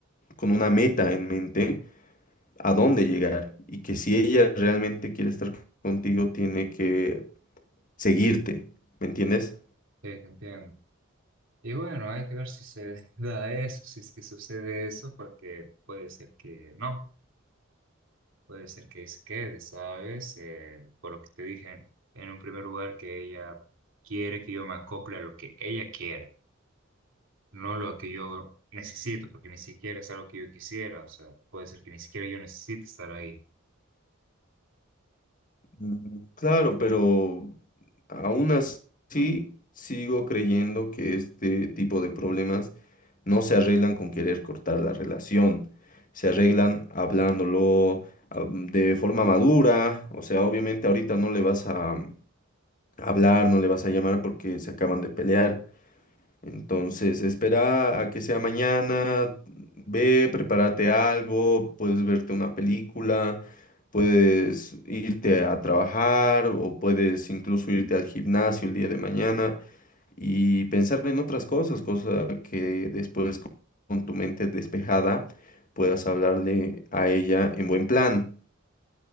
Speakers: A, on the left; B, on the right.
A: con una meta en mente a dónde llegar y que si ella realmente quiere estar contigo, tiene que seguirte, ¿me entiendes?
B: Sí, te entiendo. Y bueno, hay que ver si se <laughs> da eso, si es que sucede eso, porque puede ser que no. Puede ser que se quede, ¿sabes? Eh, por lo que te dije en un primer lugar, que ella quiere que yo me acople a lo que ella quiere. no lo que yo necesito, porque ni siquiera es algo que yo quisiera, o sea, puede ser que ni siquiera yo necesite estar ahí.
A: Mm, Claro, pero aún así sigo creyendo que este tipo de problemas no se arreglan con querer cortar la relación, se arreglan hablándolo ah, de forma madura, o sea, obviamente ahorita no le vas a hablar, no le vas a llamar porque se acaban de pelear. Entonces, espera a que sea mañana, ve, prepárate algo, puedes verte una película, puedes irte a trabajar o puedes incluso irte al gimnasio el día de mañana y pensar en otras cosas, cosa que después con con tu mente despejada puedas hablarle a ella en buen plan.